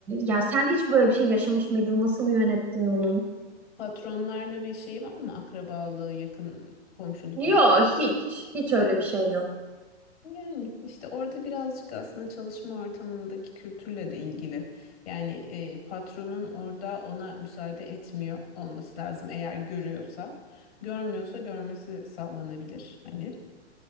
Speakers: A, in the centre; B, on the left.
A: ya sen hiç böyle bir şey yaşamış mıydın? Nasıl yönettin bunu?
B: Patronlarla bir şey var mı? Akrabalığı, yakın komşuluk
A: Yok
B: ilişkisi.
A: hiç. Hiç öyle bir şey yok.
B: Yani işte orada birazcık aslında çalışma ortamındaki kültürle de ilgili. Yani e, patronun orada ona müsaade etmiyor olması lazım eğer görüyorsa. Görmüyorsa görmesi sağlanabilir hani.